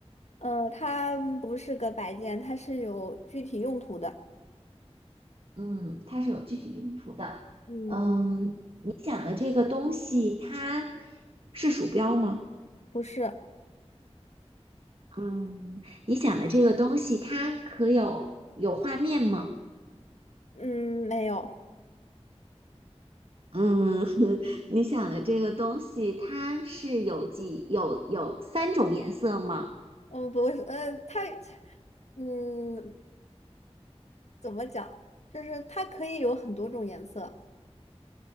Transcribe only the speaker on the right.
嗯，它是有具体用途的。
嗯，你想的这个东西，它是鼠标吗？
嗯，你想的这个东西，它可有有画面吗？
嗯，<laughs> 你想的这个东西，它是有几有有三种颜色吗？